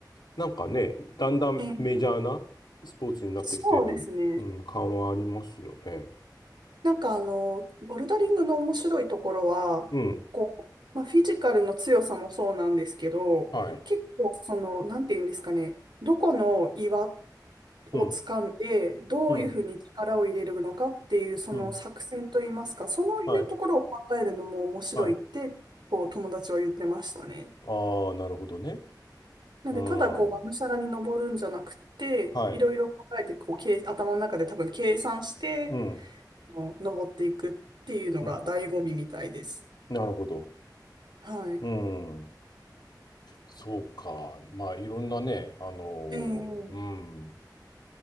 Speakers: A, on the left (about 70°); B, on the right (about 85°).
A: なんかね、だんだんメジャーなスポーツになってきてる、
B: ええそうですね。
A: うん、感はありますよね。
B: なんかあの、ボルダリングの面白いところは、
A: うん。
B: こう、まあ、フィジカルの強さもそうなんですけど、
A: はい。
B: 結構その、なんていうんですかね、どこの岩を掴んで、
A: うん。
B: どういうふうに力を入れるのかっていう、
A: うん。
B: その作戦といいますか、
A: うん。
B: そういうところを考えるのも面白いって、
A: はい。はい。
B: こう、友達は言ってましたね。
A: ああ、なるほどね。
B: なんで、
A: うん。
B: ただこう、がむしゃらに登るんじゃなくて、
A: はい。
B: いろいろ考えて、こう、計頭の中で多分計算して、
A: うん。
B: の登っていくっていうのが醍醐味みたいです。
A: うん。なるほど。
B: はい。
A: うん。そうか。まあ、いろんなね、あの、
B: えー、
A: うん、